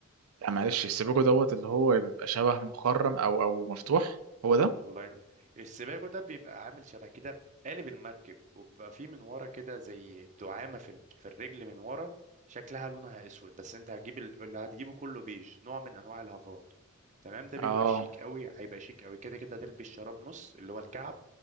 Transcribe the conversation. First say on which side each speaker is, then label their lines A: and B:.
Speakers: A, on the right; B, on the right.
A: لا معلش السيبوجو دوت اللي هو بيبقى شبه مخرم او او مفتوح هو ده
B: الله ين... السباجو ده بيبقى عامل شبه كده قالب المركب وبيبقى فيه من ورا كده زي دعامة في ال... في الرجل من ورا شكلها لونها اسود بس انت هتجيب ال... اللي هتجيبه كله بيج نوع من انواع الهافان تمام ده بيبقى
A: اه
B: شيك قوي هيبقى شيك قوي كده كده هتلبس شراب نص اللي هو الكعب